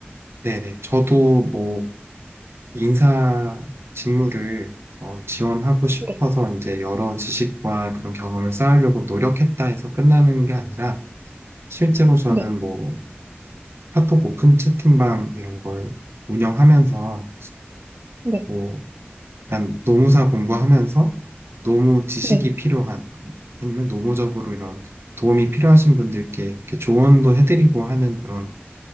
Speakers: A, on the right; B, on the right.
A: 네네. 저도 뭐 인사 직무를 어, 지원하고 싶어서
B: 네,
A: 이제 여러 지식과 그런 경험을 쌓으려고 노력했다 해서 끝나는 게 아니라 실제로 저는
B: 네,
A: 뭐 카톡 오픈 채팅방 이런 걸 운영하면서
B: 네,
A: 뭐 약간 노무사 공부하면서 노무 지식이
B: 네.
A: 필요한 아니면 노무적으로 이런 도움이 필요하신 분들께 이렇게 조언도 해드리고 하는 그런